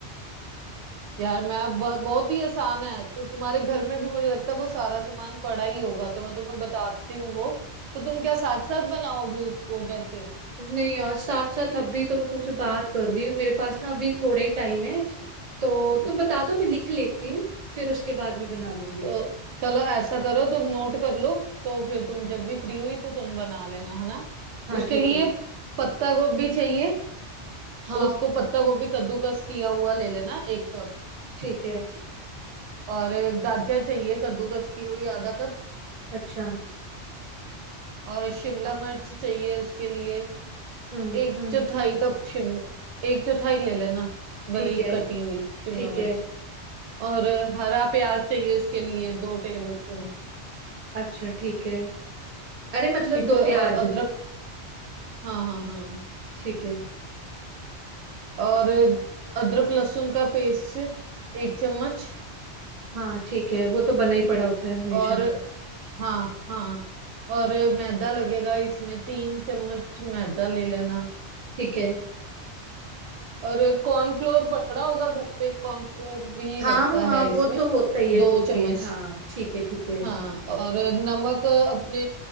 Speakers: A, on the right; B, on the right.
A: यार मैं अब ब- बहुत ही आसान है तो तुम्हारे घर में भी मुझे लगता है वो सारा सामान पड़ा ही होगा तो मैं तुम्हें बताती हूँ वो तो तुम क्या साथ साथ बनाओगी उसको कैसे
B: नहीं यार साथ साथ अभी तो मैं तुमसे बात कर रही हूँ मेरे पास ना अभी थोड़ा ही टाइम है तो तुम बता दो मैं लिख लेती हूँ फिर उसके बाद में बना लूंगी
A: तो चलो ऐसा करो तुम नोट कर लो तो फिर तुम जब भी फ्री हुई तो तुम बना लेना है ना
B: हाँ
A: उसके
B: ठीक
A: लिए
B: है
A: पत्ता गोभी चाहिए
B: हाँ
A: उसको पत्ता गोभी कद्दूकस किया हुआ ले लेना एक कप
B: ठीक है
A: और गाजर चाहिए कद्दूकस की हुई आधा कप
B: अच्छा
A: और शिमला मिर्च चाहिए उसके लिए
B: हम्म
A: एक
B: हम्म
A: चौथाई कप शिम एक चौथाई ले लेना
B: ठीक
A: बारीक
B: है
A: कटी हुई शिमला
B: ठीक
A: मिर्च
B: है
A: और हरा प्याज चाहिए उसके लिए दो टेबल स्पून
B: अच्छा ठीक है अरे मतलब
A: ठीक
B: दो
A: है और
B: प्याज
A: अदरक हाँ हाँ हाँ
B: ठीक है
A: और अदरक लहसुन का पेस्ट एक चम्मच
B: हाँ ठीक है वो तो बना ही पड़ा होता है हमेशा
A: और हाँ हाँ और मैदा लगेगा इसमें तीन चम्मच मैदा ले लेना
B: ठीक है
A: और कॉर्नफ्लोर पड़ा होगा घर पे कॉर्नफ्लोर भी
B: हाँ
A: लगता
B: हाँ
A: है इसमें
B: वो तो होता ही है
A: दो
B: होता
A: चम्मच
B: ही है हाँ ठीक है ठीक है
A: हाँ और नमक अपने